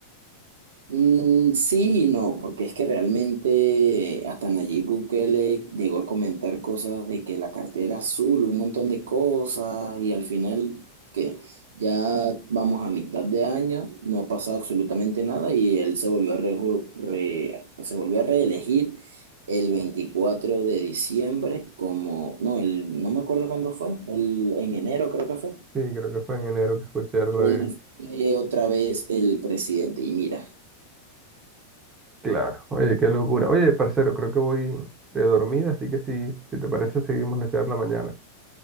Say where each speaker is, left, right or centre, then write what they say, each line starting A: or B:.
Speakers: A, on the right (about 65°); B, on the right (about 20°).
A: Mm, sí y no, porque es que realmente eh, hasta Nayib Bukele llegó a comentar cosas de que la cartera azul, un montón de cosas, y al final que ya vamos a mitad de año, no ha pasado absolutamente nada y él se volvió a, reju- re- se volvió a reelegir el 24 de diciembre como, no, el, no me acuerdo cuándo fue, el, en enero creo que fue,
B: Sí, creo que fue en enero que escuché algo
A: él
B: de...
A: fue otra vez el presidente y mira,
B: Claro, oye, qué locura. Oye, parcero, creo que voy de dormida, así que si, si te parece, seguimos la charla mañana.